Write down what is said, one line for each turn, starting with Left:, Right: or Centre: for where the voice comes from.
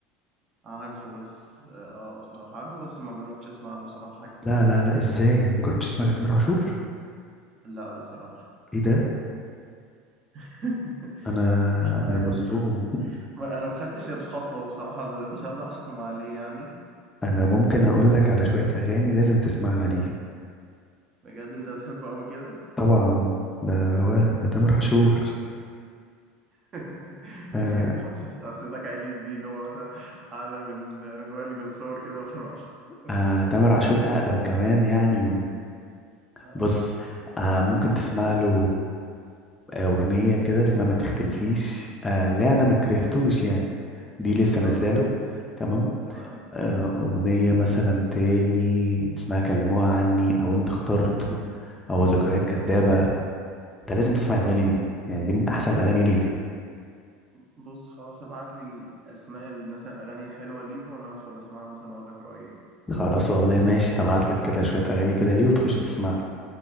Right: عارفه بس اه آه، بصراحة عارفه بس ما جربتش اسمع له بصراحة حاجة
Left: لا
Right: كده
Left: لا لا ازاي مجربتش تسمع لتامر عاشور
Right: لا بصراحة
Left: ايه ده
Right: <laughs>
Left: انا
Right: مش عارف
Left: انا مصدوم
Right: ما- انا ما خدتش الخطوة بصراحة بس مش هقدر احكم عليه يعني
Left: <laughs> انا ممكن
Right: بس
Left: اقول لك على شوية اغاني لازم تسمعها ليه
Right: بجد انت بتحبه قوي كده
Left: طبعا ده هو ده تامر عاشور
Right: <laughs>
Left: آه
Right: إيه، انت حسيت حسيتك عليت بيه اللي هو مثلا اعلى من من وائل جسار كده مرة واحدة <laughs>
Left: آه تامر عاشور أقدم كمان يعني
Right: اه
Left: بص آه ممكن تسمع له آه، أغنية كده اسمها ما تختلفيش آه لا أنا ما كرهتوش يعني دي لسه
Right: اه
Left: نازلة له تمام
Right: تمام
Left: آه أغنية مثلا تاني اسمها كلموها عني أو أنت اخترت أو ذكريات
Right: اه
Left: كدابة أنت لازم تسمع
Right: اه
Left: الأغاني دي يعني دي من أحسن
Right: خ-
Left: الأغاني ليه
Right: بص خلاص ابعت لي الاسماء مثلا الاغاني الحلوه ليه وانا هدخل اسمعها مثلا واقول لك رايي
Left: خلاص والله ماشي هبعت لك كده شوية أغاني كده ليه وتخش تسمع له